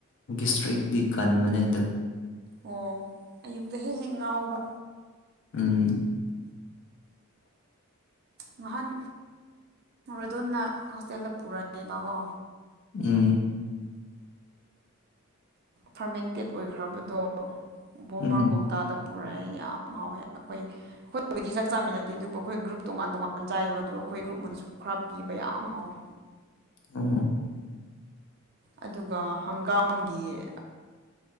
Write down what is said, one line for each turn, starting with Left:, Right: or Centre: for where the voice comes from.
Left: ꯁꯇ꯭ꯔꯤꯛꯗꯤ ꯀꯟꯕꯅꯦ ꯑꯗꯣ
Right: ꯑꯣ ꯑꯌꯨꯛꯇ ꯍꯦꯛ ꯍꯦꯛ ꯉꯥꯎꯕ
Left: ꯎꯝ
Right: ꯉꯍꯥꯟ ꯃꯗꯣꯟꯅ ꯍꯣꯁꯇꯦꯜꯗ ꯄꯨꯔꯛꯑꯦꯕꯀꯣ
Left: ꯎꯝ
Right: ꯐꯔꯃꯦꯟꯇꯦꯠ ꯑꯣꯏꯈ꯭ꯔꯕꯗꯣ ꯕꯣꯃꯔ
Left: ꯎꯝ
Right: ꯀꯧꯇꯥꯗ ꯄꯨꯔꯛꯑ ꯌꯥꯝ ꯍꯥꯎꯋꯦ ꯑꯩꯈꯣꯏ ꯑꯩꯈꯣꯏꯕꯨꯗꯤ ꯆꯥꯛ ꯆꯥꯃꯤꯟꯅꯗꯦ ꯑꯗꯨꯕꯨ ꯑꯩꯈꯣꯏ ꯒ꯭ꯔꯨꯞ ꯇꯣꯉꯥꯟ ꯇꯣꯉꯥꯟ ꯆꯥꯏꯌꯦꯕ ꯑꯗꯨ ꯑꯩꯈꯣꯏ ꯒ꯭ꯔꯨꯞꯅꯅꯁꯨ ꯈꯔ ꯄꯤꯕ ꯌꯥꯝ ꯍꯥꯎꯋꯤ
Left: ꯎꯝ
Right: ꯑꯗꯨꯒ ꯍꯪꯒꯥꯝꯒꯤ